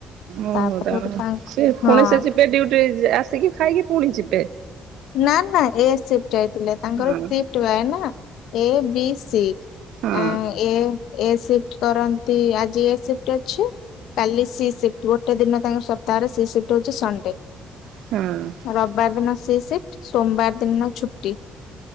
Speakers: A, on the right; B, on the left.
A: ଓହୋ।
B: ତାପରେ
A: ତାଙ୍କର
B: ଗୋଟେ ତାଙ୍କ
A: ସେ
B: ହଁ
A: ପୁଣି ସେ ଯିବେ ଡ୍ୟୁଟି ଆସିକି ଖାଇକି ପୁଣି ଯିବେ।
B: ନା ନା ଏ ସିଫ୍ଟ ଯାଇଥିଲେ। ତାଙ୍କର
A: ହଁ
B: ସିଫ୍ଟ ବାଏ ନା ଏ ବି ସି।
A: ହଁ
B: ଆଁ ଏ ଏ ସିପ୍ଟ କରନ୍ତି ଆଜି ଏ ସିଫ୍ଟ ଅଛି। କାଲି ସି ସିଫ୍ଟ। ଗୋଟେ ଦିନ ତାଙ୍କ ସପ୍ତାହରେ ସି ସିଫ୍ଟ ହଉଚି ସଣ୍ଡେ।
A: ହୁଁ।
B: ରବିବାର ଦିନ ସି ସିଫ୍ଟ, ସୋମବାର ଦିନ ଛୁଟି।